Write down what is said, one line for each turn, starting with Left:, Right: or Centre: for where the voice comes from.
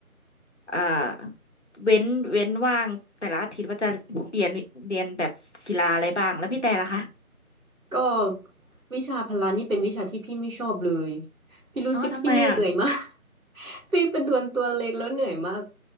Left: อ่าเว้นเว้นว่างแต่ละอาทิตย์ว่าจะเรียนเรียนแบบกีฬาอะไรบ้างแล้วพี่แต่ล่ะคะ
Right: ก็วิชาพละนี่เป็นวิชาที่พี่ไม่ชอบเลยพี่รู้สึกพี่เหนื่อยมาก
Left: อ๋อทำไมอ่ะ
Right: <laughs> พี่เป็นตัวตัวเล็กแล้วเหนื่อยมาก